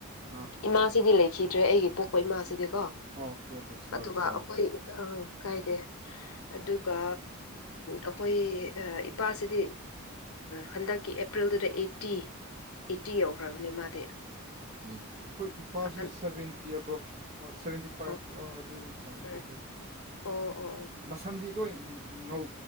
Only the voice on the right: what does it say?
ꯑꯥ
ꯑꯣꯀꯦ ꯑꯣꯀꯦ ꯁꯣꯔꯤ
ꯁꯣꯔꯤ
ꯠꯇꯦ ꯑꯩꯈꯣꯏ ꯏꯄꯥꯁꯨ
ꯁꯚꯦꯟꯇꯤ ꯑꯕꯞ ꯑꯣ ꯁꯚꯦꯟꯇꯤ ꯐꯥꯏꯚ
ꯑꯗꯨ ꯆꯪꯉ
ꯑꯣꯀꯦ
ꯃꯁꯝꯗꯤ ꯂꯣꯏ ꯉꯧ